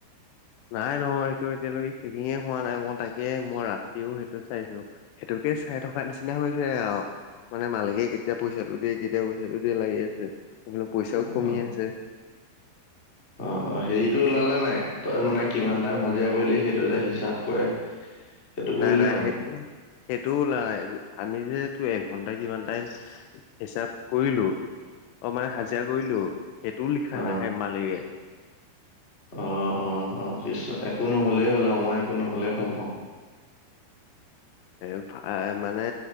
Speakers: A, on the left (about 80°); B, on the left (about 35°).
A: নাই নহয় সেইটো এতিয়ালৈকে চিনিয়া পোৱা নাই মই তাকে মই ৰাতিও সেইটোত চাইছিলো সেইটো। মুকে চাই থকাৰকা নিচিনা হৈছে আৰু। মানে মালিকে কেতিয়া পইচাটো দিয়ে কেতিয়া পইচাটো দিয়ে লাগি আছে। বোলো পইচাও
B: অ
A: কমি
B: অ
A: আছে
B: অ অ হেৰিটো ওলালে নাই। তই মানে কিমান টাইম হাজিৰা কৰিলি সেইটো যে হিচাপ কৰে। সেইটো কৰিলে
A: নাই নাই সেই সেইটোও ওলোৱা নাই আমি যে। এ ঘন্ট কিমান টাইম হিচাপ কৰিলো। অ মানে হাজিৰা কৰিলো সেইটোও লিখা
B: অ
A: নাই সে মালিককে।
B: অ অ অয় একো নহলেই হ'ল আৰু মই একো নহলে ভাল পাওঁ।
A: । <inaudible> এ মানে